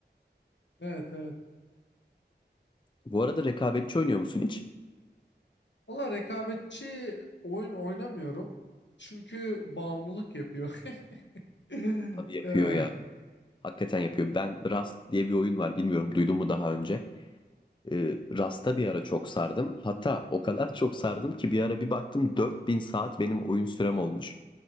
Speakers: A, on the left; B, on the left.
A: Evet evet.
B: Bu arada rekabetçi oynuyor musun hiç?
A: Valla rekabetçi oyun oynamıyorum. Çünkü bağımlılık yapıyor. <laughs> Eh,
B: Abi yapıyor ya. Hakikaten yapıyor. Ben Rust diye bir oyun var. Bilmiyorum duydun mu daha önce? Ee, Rust'a bir ara çok sardım. Hatta o kadar çok sardım ki bir ara bir baktım 4000 saat benim oyun sürem olmuş.